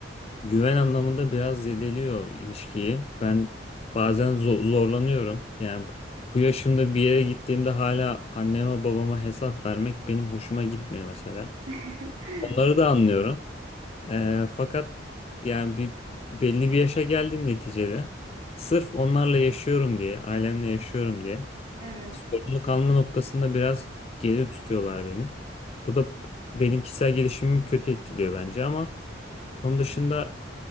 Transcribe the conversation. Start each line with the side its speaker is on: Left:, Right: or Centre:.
Left: Güven anlamında biraz zedeliyor ilişkiyi. Ben bazen zo- zorlanıyorum. Yani bu yaşımda bir yere gittiğimde hala anneme babama hesap vermek benim hoşuma gitmiyor mesela.
Right: <laughs>
Left: Onları
Right: Evet,
Left: da anlıyorum. Ee, fakat yani bir belli bir yaşa geldim neticede. Sırf onlarla yaşıyorum diye, ailemle yaşıyorum diye
Right: evet.
Left: sorumluluk alma noktasında biraz geri tutuyorlar beni. Bu da benim kişisel gelişimimi kötü etkiliyor bence ama onun dışında